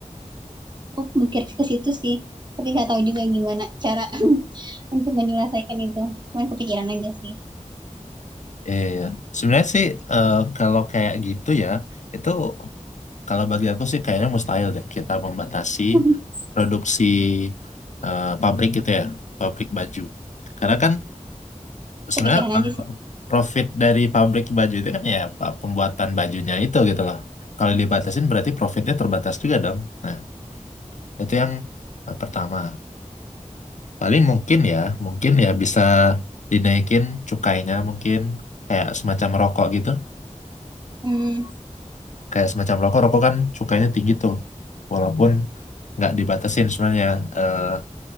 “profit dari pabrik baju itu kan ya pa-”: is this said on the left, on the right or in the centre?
Left